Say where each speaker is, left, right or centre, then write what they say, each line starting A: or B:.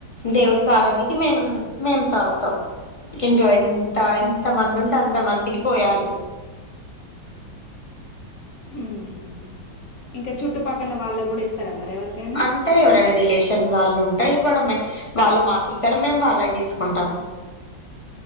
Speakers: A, on the left; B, on the left.
A: దేవుడికారగిచ్చి మేం మేం తాగుతాం ఇంట్లో ఎన్ త ఎంత మంది ఉంటే అంత మందికి పోయాలి
B: మ్మ్ హ్మ్ ఇంకా చుట్టుపక్కన వాళ్ళకు కూడా ఇస్తారా మరి ఎవరికైనా
A: అంటే ఎవరైనా రిలేషన్ వాళ్ళు టె ఇవ్వడమే వాళ్ళు మాకిస్ తరు మేము వాళ్ళవి తీసుకుంటాం